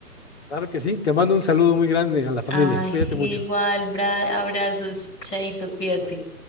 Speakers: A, on the left; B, on the left.
A: Claro que sí. Te mando un saludo muy grande a la familia.
B: Ay,
A: Cuídate
B: igual,
A: mucho.
B: bra- abrazos, Chaito, cuídate.
A: Bye.